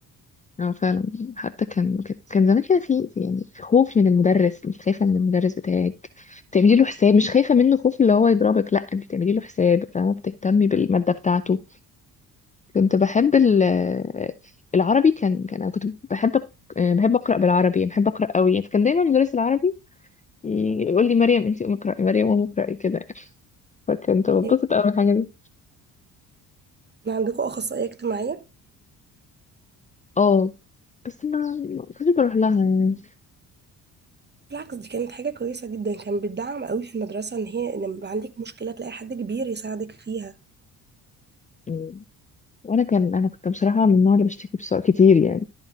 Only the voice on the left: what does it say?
اه فعلا حتى كان كان كان زمان كده في في- يعني خوف من المدرس مش خايفه من المدرس بتاعك بتعملي له حساب مش خايفه منه خوف اللي هو يضربك لا انت بتعملي له حساب فاهمه بتهتمي بالماده بتاعته كنت بحب ال- آه، العربي كان كان انا كنت بحب أق- آه، بحب اقرا بالعربي يعني بحب اقرا قوي فكان دايما مدرس العربي يقول لي مريم انت قومي اقراي مريم قومي اقراي كده يعني. فكنت بتبسط
قوي من الحاجه دي
اه بس ما ما كنتش بروح لها يعني
مم. وانا كان انا كنت بصراحه من النوع اللي بشتكي بسرعه كتير يعني